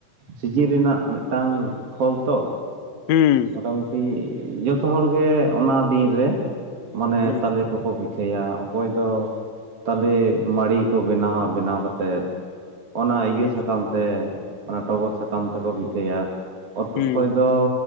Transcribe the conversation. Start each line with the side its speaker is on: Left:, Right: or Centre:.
Right: ᱥᱤᱡᱤᱱ ᱨᱮᱱᱟᱜ ᱢᱤᱫᱴᱟᱝ ᱯᱷᱚᱞ ᱛᱚ
Left: ᱦᱩᱸ
Right: ᱢᱚᱴᱟᱢᱩᱴᱤ ᱡᱚᱛᱚ ᱦᱚᱲ ᱜᱮ ᱚᱱᱟ ᱫᱤᱱ ᱨᱮ ᱢᱟᱱᱮ
Left: ᱦᱩᱸ
Right: ᱛᱟᱞᱮ ᱠᱚᱠᱚ ᱯᱤᱴᱷᱟᱹᱭᱟ ᱚᱠᱚᱭ ᱫᱚ ᱛᱟᱞᱮ ᱢᱟᱹᱲᱤ ᱠᱚ ᱵᱮᱱᱟᱣᱟ ᱵᱮᱱᱟᱣ ᱠᱟᱛᱮᱫ ᱚᱱᱟ ᱤᱭᱟᱹ
Left: ᱦᱩᱸ
Right: ᱥᱟᱠᱟᱢ ᱛᱮ ᱚᱱᱟ ᱴᱚᱜᱚᱨ ᱥᱟᱠᱟᱢ ᱛᱮᱠᱚ ᱵᱤᱴᱷᱟᱹᱭᱟ ᱚᱠᱚᱭ ᱫᱚ?
Left: ᱦᱩᱸ
Right: ᱚᱠᱚ ᱫᱚ